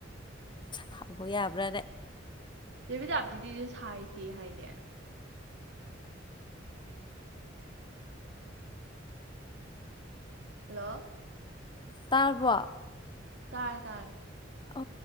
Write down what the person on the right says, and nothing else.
ꯆꯦ ꯕꯤꯗꯥꯞꯇꯤꯗꯤ ꯁꯥꯏꯇꯦ ꯍꯥꯏꯅꯦ ꯍꯜꯂꯣ
ꯇꯥꯔꯦ ꯇꯥꯔꯦ